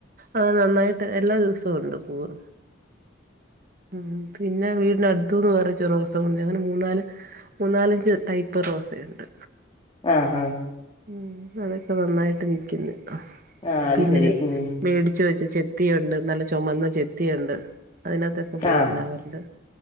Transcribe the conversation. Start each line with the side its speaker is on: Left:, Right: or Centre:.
Right: ആ നന്നായിട്ട് എല്ലാ ദിവസവു ഉണ്ട് പൂവ് ഉം പിന്നെ വീടിന് അടുത്തൂന്ന് വറിച്ച റോസ ഒണ്ട് അങ്ങനെ മൂന്നാല് മൂന്നാലഞ്ച് ടൈപ്പ് റോസയുണ്ട്
Left: ആ ഹാ
Right: ഉം അതൊക്കെ നന്നായ്ട്ട് നിക്ക്ന്ന്
Left: ആഹ് അത്
Right: പിന്നെ
Left: ശരി ഉം
Right: മേടിച്ച് വെച്ച്ചെ ത്തിയുണ്ട് നല്ല ചൊമന്ന ചെത്തിയുണ്ട് അയ്‌നാത്തൊക്കെ പൂവൊണ്ടാകാറ്ണ്ട്
Left: ആഹ്